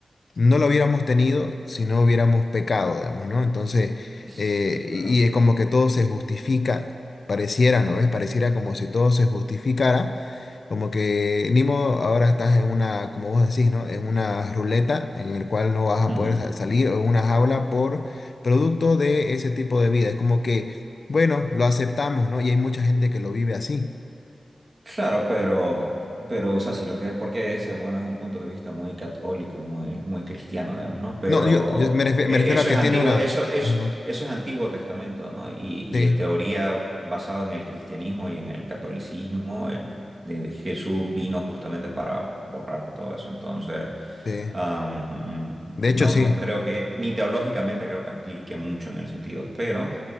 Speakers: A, on the left (about 60°); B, on the right (about 35°).
A: no lo hubiéramos tenido si no hubiéramos pecado, digamos, ¿no? Entonces, eh,
B: Sí, pero...
A: y es como que todo se justifica, pareciera, ¿no ves? Pareciera como si todo se justificara, como que ni modo, ahora estás en una, como vos decís, ¿no? En una ruleta en el cual no vas a
B: ujú.
A: poder sa- salir o en una jaula por producto de ese tipo de vida. Es como que, bueno, lo aceptamos, ¿no? Y hay mucha gente que lo vive así.
B: Claro, pero, pero, o sea, si lo que, porque ese, bueno, es un punto de vista muy católico, muy, muy cristiano, digamos, ¿no? Pero
A: No, yo, yo me refiero,
B: eh,
A: me refiero
B: eso
A: a que
B: es antiguo,
A: tiene una...
B: eso es,
A: Ajá,
B: eso es Antiguo Testamento, ¿no? Y, y
A: sí,
B: en teoría, basado en el cristianismo y en el catolicismo, el- de- Jesús vino justamente para borrar todo eso. Entonces,
A: sí.
B: am,
A: De
B: no,
A: hecho, sí.
B: no creo que, ni teológicamente creo que aplique mucho en el sentido, pero